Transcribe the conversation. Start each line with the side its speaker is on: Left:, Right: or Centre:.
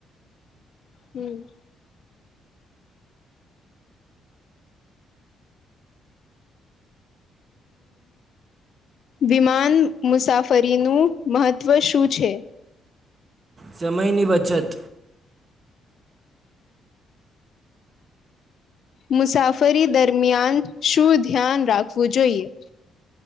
Left: હમ. વિમાન મુસાફરીનું મહત્ત્વ શું છે?
Right: સમય ની બચત.
Left: મુસાફરી દરમિયાન શું ધ્યાન રાખવું જોઈએ?